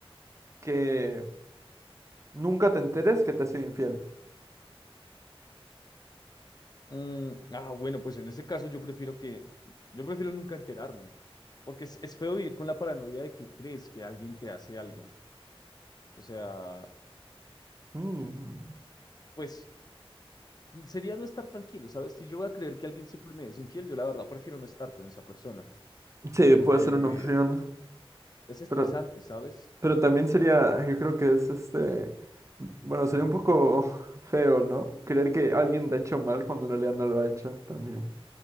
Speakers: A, on the right; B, on the left.
A: que nunca te enteres que te ha sido infiel.
B: Mm, ah, bueno, pues en ese caso yo prefiero que, yo prefiero nunca enterarme, porque es, es feo vivir con la paranoia de que crees que alguien te hace algo. O sea,
A: Mm,
B: pues sería no estar tranquilo, ¿sabes? Si yo voy a creer que alguien siempre me es infiel, yo la verdad prefiero no estar con esa persona,
A: Sí,
B: porque
A: puede ser una Mm, opción,
B: Es estresante,
A: pero,
B: ¿sabes?
A: pero también sería, yo creo que es este, bueno, sería un poco <laughs> feo, ¿no? Creer que alguien te ha hecho mal cuando en realidad no lo ha hecho también.